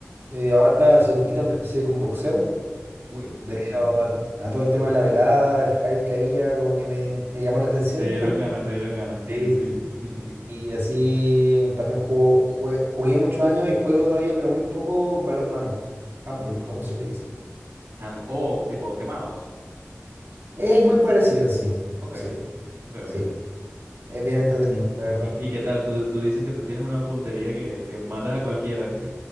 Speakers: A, on the right; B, on the right.
A: Eh, ahora hace poquito empecé con boxeo,
B: Uy,
A: debido
B: buenísimo.
A: a, a todo el tema de la velada, el hype que había, como que me, me llamó la atención.
B: Te dieron
A: <laughs>
B: ganas, te dieron ganas, sí,
A: Sí, sí,
B: sí, sí.
A: Y así también jugo- jue- jugué muchos años y juego todavía, pero muy poco balonmano. Handball, como se le dice.
B: <laughs> And- oh, tipo quemados.
A: Es muy parecido, sí.
B: Ok,
A: Sí,
B: ok, ok,
A: sí.
B: ok.
A: Es bien entretenido, la verdad.
B: ¿Y, y qué tal? Tú, tú dices que tú tienes una puntería que, que matas a cualquiera.